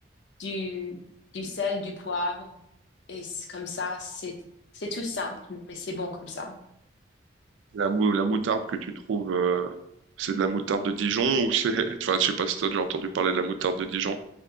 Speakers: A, on the left; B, on the right.
A: du, du sel, du poivre. Et c'est comme ça, c'est, c'est tout simple, mais c'est bon comme ça.
B: La mou- la moutarde que tu trouves, euh, c'est de la moutarde de Dijon ou c'est... <laughs> Enfin, je sais pas si t'as déjà entendu parler de la moutarde de Dijon,